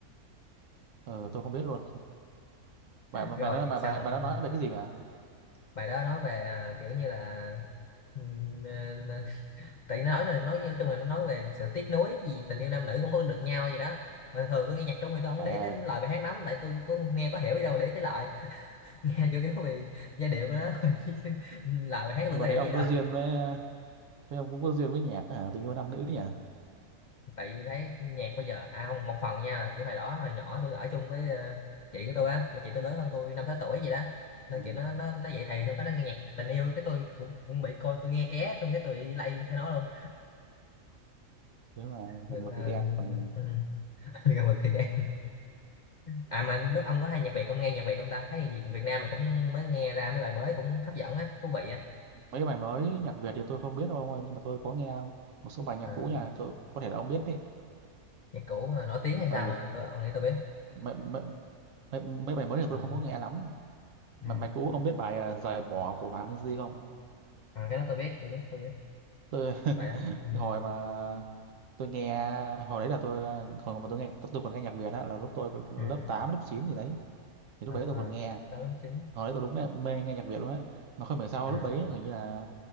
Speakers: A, on the right; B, on the left.
A: ờ tôi không biết luôn bà bà
B: rồi
A: nó bà
B: xong
A: bà, bà nó nói về cái gì nhỉ
B: bài đó nói về à, kiểu như là ừm, ờ, tại nó nói là nói nói chung là nó nói về sự tiếc nuối gì tình yêu nam nữ không có được nhau gì đó mà thường tôi nghe nhạc Trung thì tôi không
A: trời
B: để
A: ơi
B: tới lời bài hát lắm tại tôi cũng nghe có hiểu gì đâu mà để tới lời nghe chủ yếu vì giai điệu của nó thôi <laughs> chứ lời hát
A: nhưng
B: tôi có
A: mà
B: hiểu
A: thấy ông
B: gì đâu
A: có duyên với thấy ông cũng có duyên với nhạc à, tình yêu nam nữ nhỉ
B: tại vì thấy nhạc bây giờ à không một phần nha là kiểu hồi đó hồi nhỏ tôi ở chung với ờ, chị của tôi á mà chị tôi lớn hơn tôi năm sáu tuổi gì đó nên
A: À,
B: kiểu nó nó nó dậy thì xong cái nó nghe nhạc tình yêu cái tôi cũng cũng bị coi tôi nghe ké xong cái tôi bị lay theo nó luôn
A: thế là
B: nên
A: gần
B: là
A: mực thì đen còn
B: ừ, <laughs> gần mực thì đen à mà lúc ông có hay nhạc Việt ông nghe nhạc Việt không ta thấy nhạc Việt Việt Nam mình cũng mới nghe ra mấy bài mới cũng hấp dẫn á thú vị á
A: mấy bài mới nhạc Việt thì tôi không biết đâu ông ơi nhưng mà tôi có nghe một số bài nhạc
B: à,
A: cũ nhà tôi có thể là ông biết đấy
B: nhạc cũ mà nổi tiếng hay
A: ờ
B: sao mà tôi ông nghĩ tôi biết
A: mấy, mấy, mấy, mấy bài mới thì
B: Ờ,
A: tôi không có nghe lắm
B: ừ.
A: mà bài cũ ông biết bài à, giày bỏ của Hoàng Minh Di không
B: à, cái đó tôi biết tôi biết tôi biết
A: tôi <laughs>
B: phải đó
A: cái
B: ừ.
A: hồi mà tôi nghe hồi đấy là tôi còn mà tôi nghe tôi còn nghe nhạc Việt á là lúc tôi còn
B: Ừ.
A: lớp 8 lớp 9 gì đấy thì lúc
B: à,
A: đấy tôi còn nghe
B: đó đúng chính
A: hồi đấy tôi đúng mê, mê nghe nhạc Việt luôn á mà không hiểu sao
B: à,
A: lúc đấy gần như là